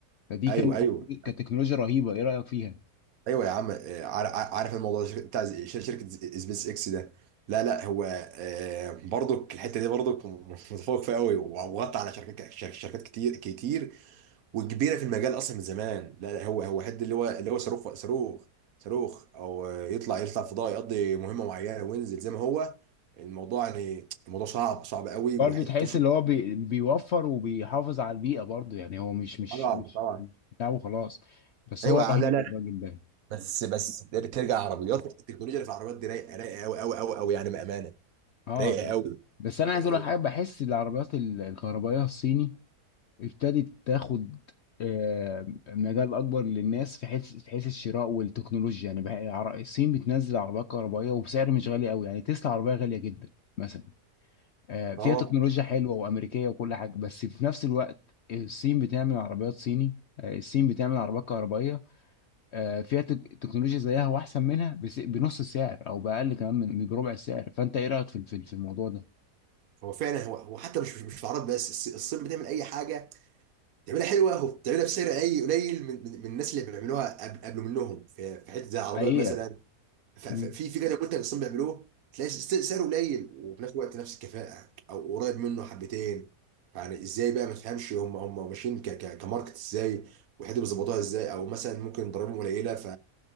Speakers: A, on the left; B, on the right.
A: فدي
B: ايوه
A: كانت
B: ايوه
A: كانت تكنولوجيا رهيبة ايه رأيك فيها
B: ايوه يا عم آه، عار- عار- عارف الموضوع ده بتاع زي- شر- شركه زي- سبيس اكس ده لا لا هو آه، برضك الحته دي برضك متفوق فيها قوي وغطى على شركات شر- شركات كتير كتير وكبيره في المجال اصلا من زمان لا لا هو هو حد اللي هو اللي هو صاروخ صاروخ صاروخ او آه، يطلع يطلع فضاء يقضي مهمه معينه وينزل زي ما هو الموضوع يعني الموضوع صعب صعب قوي
A: برضه
B: وحته
A: تحس
B: توصل
A: اللي هو بي بيوفر وبيحافظ على البيئة برضه يعني هو مش مش
B: طبعا
A: مش
B: طبعا
A: مش بتاعه خلاص بس
B: ايوه
A: هو رهيب
B: يا عم لا لا
A: الراجل ده
B: بس بس ترجع عربيات التكنولوجيا اللي في العربيات دي رايقه رايقه قوي قوي قوي قوي يعني بامانه
A: اه
B: رايقه قوي
A: بس انا عايز
B: هو
A: اقول لك حاجه بحس العربيات ال- الكهربائيه الصيني ابتدت تاخد آه، مجال اكبر للناس في حيث في حيث الشراء والتكنولوجيا يعني بقى العر- الصين بتنزل عربيات كهربائيه وبسعر مش غالي قوي يعني تسلا عربيه غاليه جدا مثلا آه، فيها
B: اه
A: تكنولوجيا حلوه وامريكيه وكل حاجه بس في نفس الوقت الصين بتعمل عربيات صيني آه، الصين بتعمل عربيات كهربائيه آه، فيها تك- تكنولوجيا زيها واحسن منها بس- بنص السعر او باقل كمان من من بربع السعر فانت ايه رايك في في في الموضوع ده
B: هو فعلا هو هو حتى مش مش مش في العرب بس الص- الصين بتعمل اي حاجه بتعملها حلوه وبتعملها بسعر اي قليل من من من الناس اللي بيعملوها قبل قبل منهم في في حته زي العربيات
A: حقيقة
B: مثلا ف- ف-
A: مم.
B: في في كده منتج اصلا بيعملوه تلاقي س- سعره قليل وفي نفس الوقت نفس الكفاءه او قريب منه حبتين يعني ازاي بقى ما تفهمش هم هم ماشيين ك ك كماركت ازاي وحته بيظبطوها ازاي او مثلا ممكن ضرائبهم قليله ف